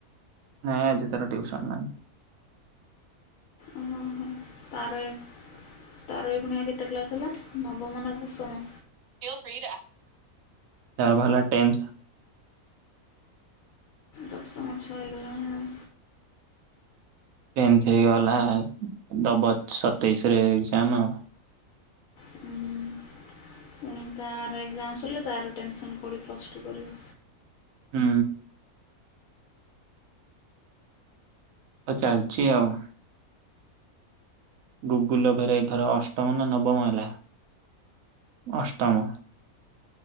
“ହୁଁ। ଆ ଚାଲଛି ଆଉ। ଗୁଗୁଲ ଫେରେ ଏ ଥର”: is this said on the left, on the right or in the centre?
Right